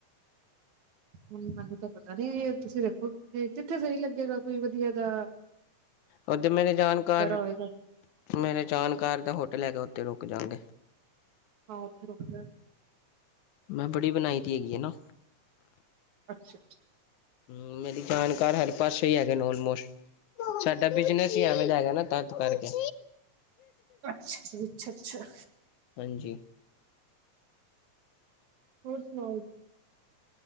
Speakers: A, on the right; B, on the left.
A: ਹ ਮੈਨੂੰ ਤਾਂ ਪਤਾ ਨੀ, ਤੁਸੀਂ ਦੇਖੋ ਜਿਥੇ ਸਈ ਲੱਗੇਗਾ ਕੋਈ ਵਧੀਆ ਜਾ
B: ਓਦੇ ਮੇਰੇ ਜਾਨਕਾਰ
A: ਹੋਏਗਾ
B: ਮੇਰੇ ਜਾਨਕਾਰ ਦਾ ਹੋਟਲ ਹੈਗਾ ਓਥੇ ਰੁਕ ਜਾਂਗੇ।
A: ਹਾਂ, ਓਥੇ ਰੋਕ ਜਾਂਗੇ।
B: ਮੈਂ ਬੜੀ ਬਣਾਈ ਦੀ ਹੈਗੀ ਏਨਾ।
A: ਅੱਛਾ-ਅੱਛਾ।
B: ਹੁੰ, ਮੇਰੀ ਜਾਣਕਾਰ ਹਰ ਪਾਸੇ ਈ ਹੈਗੇ ਨੇ ਓਲਮੋਸਟ। ਐ ਬਿਜਨਸ ਈ ਐਵੇਂ ਦਾ ਹੈਗਾ ਨਾ, ਤੱਦ ਕਾਰਕੇ।
A: ਅੱਛਾ ਜੀ, ਅੱਛਾ-ਅੱਛਾ।
B: ਹਾਂਜੀ।
A: ਹੋਰ ਸੁਣਾਓ?